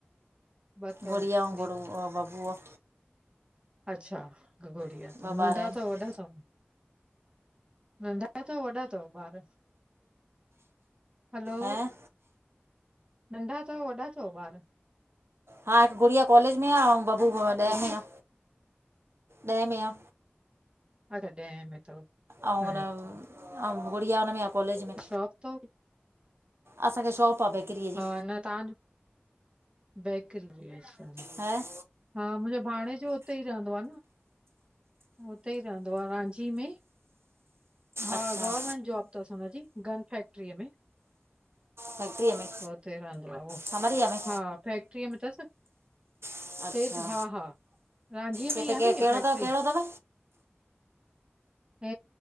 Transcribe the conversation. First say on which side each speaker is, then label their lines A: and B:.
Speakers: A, on the right (about 25°); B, on the right (about 85°).
A: ॿ अथव
B: गुड़िया अऊं
A: दीप
B: गरू बबूआ।
A: अच्छा गुड़िया
B: ॿ
A: अथव,
B: ॿार
A: नंढा
B: आहिनि
A: अथव वॾा अथव? नंढा अथव, वॾा अथव? ॿार, हैलो
B: ऐं
A: नंढा अथव वॾा अथव ॿार?
B: हा गुड़िया कॉलेज में आह। आऊं बबू ॾह में
A: नथी
B: आह ॾहें में आ।
A: अच्छा ॾहें में अथव
B: अऊं
A: अच्छा
B: हुन अऊ गुड़िया हुन में आह कॉलेज में।
A: शॉप अथव
B: असांखे शॉप आहे बेकरीअ जी
A: हा न तव्हांज बैकरी अच्छा <unintelligible>
B: हां
A: हा मुंहिंजो भाणेजो उते ई रहंदो आहे न। उते ई रहंदो आह रांची में, हा
B: अच्छा
A: गवरमेंट जॉब तस हुनजी, गन फैक्ट्रीअ में
B: फैक्ट्रीअ में
A: उते ई रहंदो आहे हो,
B: खमरीअ में
A: हा फैक्ट्रीअ में तस।
B: अच्छा
A: हेठि हा हा रांझीअ
B: के
A: में ई
B: त के
A: आह न ईहा
B: कहिड़ो
A: फैक्ट्री?
B: अथव कहिड़ो अथव
A: हे